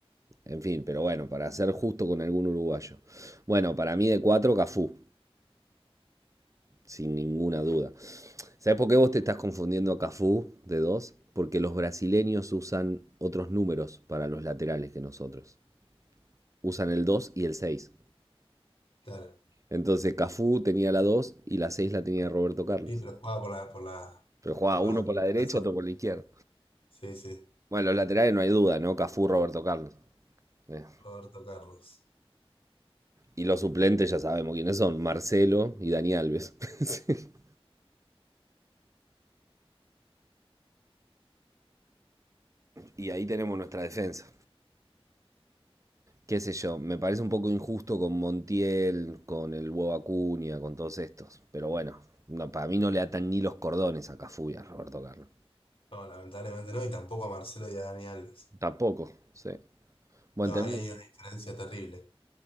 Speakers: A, on the right; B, on the left.
A: en fin, pero bueno, para ser justo con algún uruguayo. Bueno, para mí de cuatro, Cafú. sin ninguna duda. ¿Sabes por qué vos te estás confundiendo a Cafú de dos? Porque los brasileños usan otros números para los laterales que nosotros. Usan el 2 y el seis
B: Claro.
A: Entonces Cafú tenía la 2 y la 6 la tenía Roberto Carlos.
B: Sí, pero juega por la, por la,
A: Pero jugaba
B: por
A: uno
B: la banda
A: por
B: de
A: la derecha,
B: Corazón.
A: otro por la izquierda.
B: Sí, sí.
A: Bueno, los laterales no hay duda, ¿no? Cafú, Roberto Carlos. Eh.
B: Roberto Carlos.
A: Y los suplentes ya sabemos quiénes son, Marcelo y Dani Alves. <laughs> y ahí tenemos nuestra defensa. qué sé yo, me parece un poco injusto con Montiel, con el huevo Acuña, con todos estos. Pero bueno, no, para mí no le atan ni los cordones a Cafú y a Roberto Carlos.
B: No, lamentablemente no, y tampoco a Marcelo y a Dani Alves.
A: Tampoco, sí. Bueno,
B: No,
A: tenemos,
B: ahí hay una diferencia terrible.